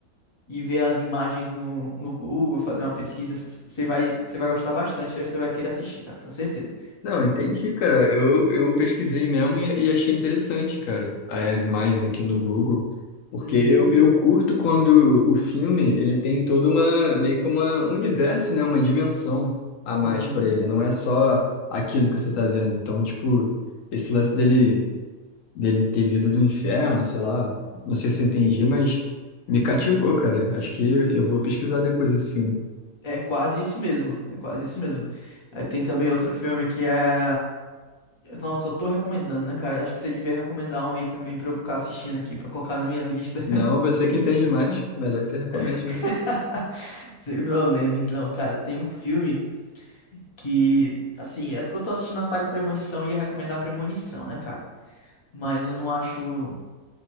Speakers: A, on the left; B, on the left.
A: e ver as imagens no, no Google, fazer uma pesquisa, c- você vai, você vai gostar bastante, você vai querer assistir, cara, tenho certeza.
B: Não, entendi, cara. Eu, eu pesquisei mesmo e, e achei interessante, cara, as imagens aqui no Google, porque
A: Uhum,
B: eu, eu curto quando o filme, ele tem toda uma, meio que uma um universo, né, uma dimensão a mais
A: uhum,
B: para ele, não é só aquilo que você tá vendo. Então, tipo, esse lance dele, dele ter vindo do inferno, sei lá, não sei se eu entendi, mas me
A: uhum.
B: cativou, cara. Acho que eu vou pesquisar depois esse filme.
A: É quase isso mesmo, é quase isso mesmo. Aí tem também outro filme que é. Nossa, só tô recomendando, né, cara? Acho que você devia recomendar um aí também pra eu ficar assistindo aqui, pra colocar na minha lista.
B: Não, você que entende mais. Melhor que você recomende,
A: <laughs>
B: viu?
A: Sem problema, então, cara. Tem um filme que, assim, é porque eu tô assistindo a saga Premonição e ia recomendar Premonição, né, cara? Mas eu não acho,